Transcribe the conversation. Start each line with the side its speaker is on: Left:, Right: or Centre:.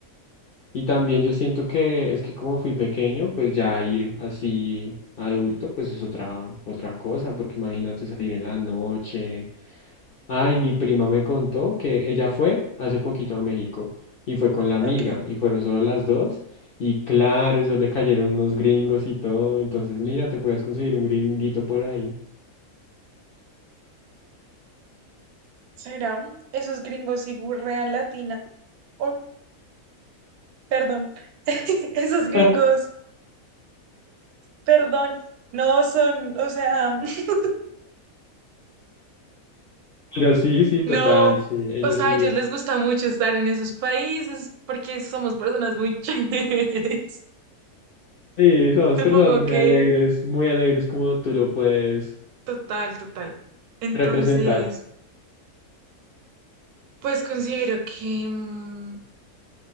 Left: Y también yo siento que es que como fui pequeño, pues ya ir así adulto, pues es otra, otra cosa, porque imagínate salir en la noche. Ay, mi prima me contó que ella fue hace poquito a México y fue con la amiga
Right: Ok,
Left: y fueron solo las dos y claro, eso le cayeron unos gringos y todo, entonces mira, te puedes conseguir un gringuito por ahí.
Right: será. Esos gringos y gurrean latina. Oh, perdón. <laughs> Esos gringos,
Left: <laughs>
Right: perdón. No son, o sea, <laughs>
Left: Pero sí, sí, total,
Right: no.
Left: sí, ellos
Right: O sea,
Left: sí,
Right: a ellos les gusta mucho estar en esos países porque somos personas muy <laughs> chéveres.
Left: sí, somos
Right: Supongo
Left: personas muy
Right: que
Left: alegres, muy alegres como tú lo puedes
Right: Total, total. Entonces,
Left: Representar,
Right: pues considero que, mm,